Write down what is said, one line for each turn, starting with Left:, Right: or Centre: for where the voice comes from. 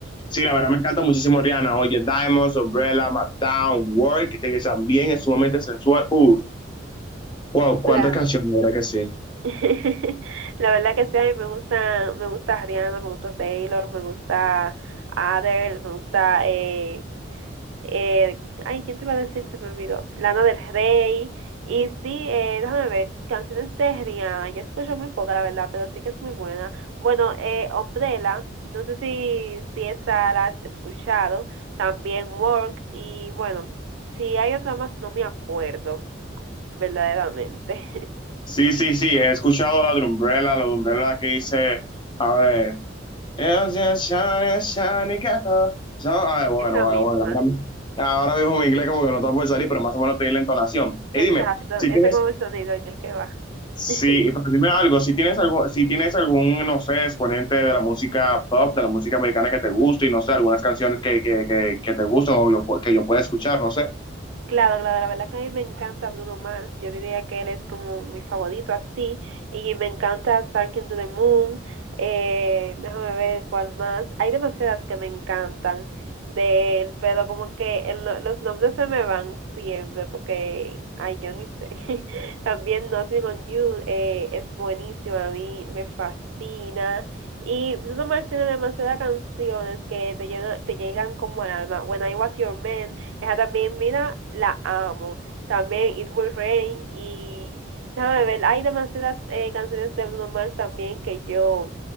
Left: Sí, la verdad me encanta muchísimo Rihanna. Oye, Diamonds, Umbrella, Mattown, Work, este que también es sumamente sensual. Uf, wow, cuántas
Right: Claro.
Left: canciones, la verdad que sí.
Right: <laughs> La verdad que sí, a mí me gusta, me gusta Rihanna, me gusta Taylor, me gusta Adele, me gusta, eh, eh, ay, ¿quién te iba a decir? Se me olvidó. Lana del Rey. Y sí, eh, déjame ver, canciones de Rihanna, yo escucho muy poca, la verdad, pero sí que es muy buena. Bueno, eh, Umbrella, no sé si, si esa la has escuchado, también Work, y bueno, si hay otra más, no me acuerdo, verdaderamente, <laughs>
Left: Sí, sí, sí, he escuchado la de Umbrella, la de Umbrella que dice, a ver, "It's just shiny, shiny castle". So, a ver, bueno,
Right: esa
Left: bueno,
Right: misma.
Left: bueno, ahora, ahora mismo mi inglés como que no está por salir, pero más o menos te di la entonación. Y
Right: Exacto,
Left: dime, si
Right: ese
Left: tienes
Right: es como el sonido en el que va.
Left: Sí,
Right: <laughs>
Left: pero dime algo, si tienes algo, si tienes algún, no sé, exponente de la música pop, de la música americana que te guste y no sé, algunas canciones que, que, que, que te gustan o yo, pu- que yo pueda escuchar, no sé.
Right: Claro, claro, la verdad que a mí me encanta Bruno Mars. Yo diría que él es como mi favorito así. Y me encanta Starking to the Moon. Eh, déjame ver cuál más. Hay demasiadas que me encantan de él, pero como que el no- los nombres se me van siempre porque, ay, yo ni sé. <laughs> También Nothing on You eh, es buenísimo, a mí me fascina. Y Bruno Mars tiene demasiadas canciones que te, llena- te llegan como al alma. When I Was Your Man. Esa también, mira, la amo. También It Will Rain y déjame ver, hay demasiadas eh, canciones de Bruno Mars también que yo